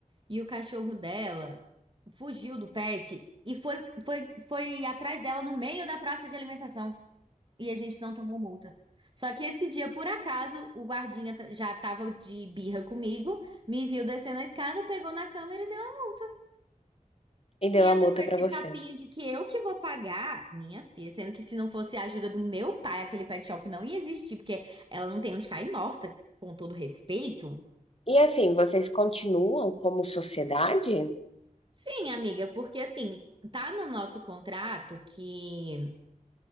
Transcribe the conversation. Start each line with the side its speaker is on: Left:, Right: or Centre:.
Right: e o cachorro dela fugiu do pet e foi, foi, foi atrás dela no meio da praça de alimentação. E a gente não tomou multa. Só que esse dia, por acaso, o guardinha t- já tava de birra comigo, me viu descendo a escada, pegou na câmera e deu a multa.
Left: e
Right: E
Left: deu
Right: ela
Left: a multa
Right: com esse
Left: pra
Right: papinho
Left: você.
Right: de que eu que vou pagar, minha filha, sendo que se não fosse a ajuda do meu pai, aquele pet shop não ia existir, porque ela não tem onde cair morta, com todo respeito.
Left: E assim, vocês continuam como sociedade?
Right: Sim, amiga, porque assim, tá no nosso contrato que